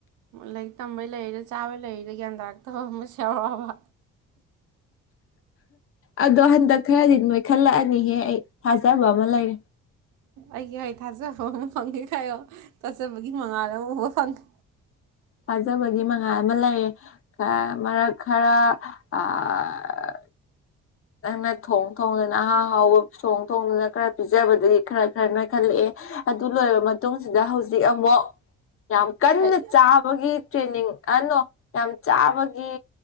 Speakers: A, on the right; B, on the left.
A: ꯂꯥꯏꯔꯤꯛ ꯇꯝꯕꯩ ꯂꯩꯔꯤꯔ ꯆꯥꯕꯩ ꯂꯩꯔꯤꯔ ꯒ꯭ꯌꯥꯟ ꯇꯥꯔꯛꯇꯕ ꯑꯃꯁꯨ ꯌꯥꯏ ꯔꯛꯑꯕꯥ
B: ꯑꯗꯣ ꯍꯟꯗꯛ ꯈꯔꯗꯤ ꯅꯣꯏ ꯈꯠꯂꯛꯑꯅꯤꯍꯦ ꯑꯩ ꯊꯥꯖꯕ ꯑꯃ ꯂꯩꯔꯦ
A: ꯑꯩꯒꯤ ꯍꯩ ꯊꯥꯖꯕ ꯑꯃ ꯐꯪꯉꯦ ꯍꯥꯏꯌꯣ ꯊꯥꯖꯕꯒꯤ ꯃꯉꯥꯜ ꯑꯃ ꯎꯕ ꯐꯪꯉꯦ
B: ꯊꯥꯖꯕꯒꯤ ꯃꯉꯥꯜ ꯑꯃ ꯂꯩꯌꯦ ꯃꯔꯛ ꯈꯔ ꯑꯥ ꯅꯪꯅ ꯊꯣꯡ ꯊꯣꯡꯗꯅ ꯑꯍꯥ ꯑꯍꯥꯎꯕ ꯊꯣꯡ ꯊꯣꯡꯗꯅ ꯈꯔ ꯄꯤꯖꯕꯗꯒꯤ ꯈꯔ ꯈꯔ ꯅꯣꯏꯈꯜꯂꯛꯑꯦ ꯑꯗꯨ ꯂꯣꯏꯔꯕ ꯃꯇꯨꯡꯁꯤꯗ ꯍꯧꯖꯤꯛ ꯑꯃꯨꯛ ꯌꯥꯝ ꯀꯟꯅ
A: ꯑꯩ
B: ꯆꯥꯕꯒꯤ ꯇ꯭ꯔꯦꯅꯤꯡ ꯑꯅꯣ ꯌꯥꯝ ꯆꯥꯕꯒꯤ